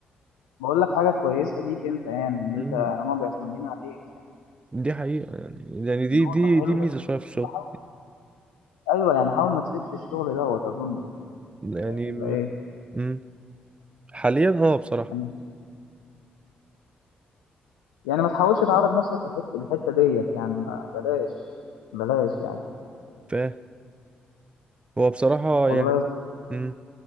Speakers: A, on the left; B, on the right.
A: بقول لك حاجه كويسه ليك انت يعني ان انت
B: امم
A: يعني هما بيعتمدين عليك يعني
B: دي حقيقة يعني يعني دي
A: نقطة
B: دي
A: حلوة
B: دي ميزة شوية في الشغل
A: بحاول ايوه يعني حاول ما تسيبش الشغل دوت اظن
B: يعني
A: ولا ايه
B: امم حاليا اه بصراحة
A: أنا مش- يعني ما تحاولش تعرض نفسك لحته الحته ديت يعني ما بلاش بلاش يعني
B: فاهم هو بصراحة
A: والله
B: يعني
A: يا زميلي-
B: مم.